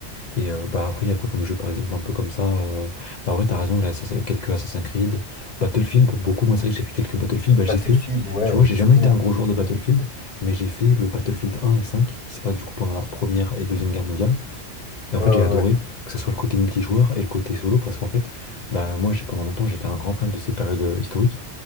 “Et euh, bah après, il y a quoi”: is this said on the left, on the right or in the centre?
Left